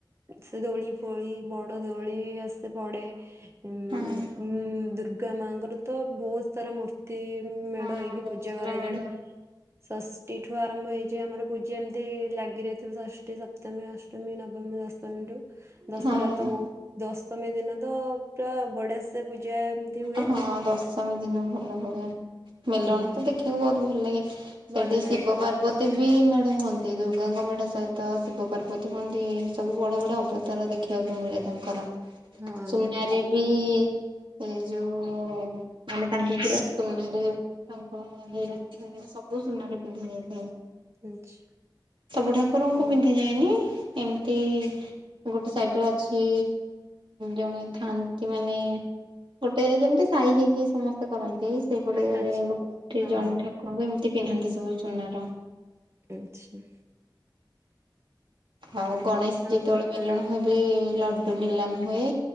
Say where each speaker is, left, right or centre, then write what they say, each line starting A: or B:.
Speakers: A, on the right; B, on the right.
A: ସେ ଦୋଳି ଫୋଳି ବଡ ଦୋଳି ଆସେ ପଡେ ଉଁ
B: ହଁ।
A: ଉଁ ଦୁର୍ଗା ମାଙ୍କର ତ ବହୁତ ସାରା ମୂର୍ତ୍ତି ମେଢ
B: ହଁ
A: ହେଇକି
B: ବହୁତ
A: ପୂଜା
B: ସାରା
A: କରାଯାଏ।
B: ମେଢ
A: ଷଷ୍ଠୀ ଠୁ ଆରମ୍ଭ ହେଇଯାଏ ଆମର ପୂଜା ଏମିତି ଲାଗିରହିଥିବ ଷଷ୍ଠୀ ସପ୍ମୀ ଷଷ୍ଠ ମୀ ନବମୀ ଦଶମୀ ରୁ ଦଶରା
B: ହଁ
A: ତ ବହୁ ଦଶମୀ ଦିନ ତ ପୁରା ବଡ ସେ ପୂଜା ହୁଏ।
B: ଅ ହଁ ଦଶମୀ ଦିନ ଭଲ ହୁଏ। ମେଲଣ
A: ହୁଁ
B: ତ ଦେଖିବାକୁ ବହୁତ ଭଲ ଲାଗେ ସେଠି
A: ଭଲ ଲାଗେ
B: ଶିବ ପାର୍ବତ କେତେ ବି ମେଢ଼ ହୁଅନ୍ତି ଦୁର୍ଗାଙ୍କ ମେଢ଼ ସହିତ ଶିବ ପାର୍ବତୀ ହୁଅନ୍ତି ସବୁ ବଢିଆ ବଢ଼ିଆ ଅବତାର ଦେଖ ଦେଖିବାକୁ ମିଳେ ତାଙ୍କର
A: ଆଉ
B: ସୁନାରେ ବି ଏ ଯୋଉ ମାନେ ତାଙ୍କୁ ପୁରା ସୁନାରେ ତାଙ୍କ ହୀରା ଫିରା ସବୁ ସୁନା ରେ ପିନ୍ଧା ଯାଇଥାଏ।
A: ହଁ ଆଚ୍ଛା
B: ସବୁ ଠାକୁରଙ୍କୁ
A: ହଁ
B: ପିନ୍ଧାଯାଏନି? ଏମିତି ଗୋଟେ ସାଇଟିରେ ଅଛି ଜଣେ ଥାନ୍ତି ମାନେ ଗୋଟେ ଯେମିତି ସାହି ହେଇକି ସମସ୍ତେ କରନ୍ତି ସେ ପଟେ
A: ଆଚ୍ଛା
B: ଗୋଟେ
A: ହଁ
B: ଜଣଠା
A: ହଁ।
B: ତାଙ୍କୁ ଏମିତି ପିନ୍ଧାନ୍ତି ସବୁ ସୁନାର।
A: ଆଚ୍ଛା।
B: ଆଉ ଗଣେଶ
A: ହଁ
B: ଯେତେବେଳେ ମେଲଣ ହୁଏ ବି ଲଡୁ ନିଲାମ ହୁଏ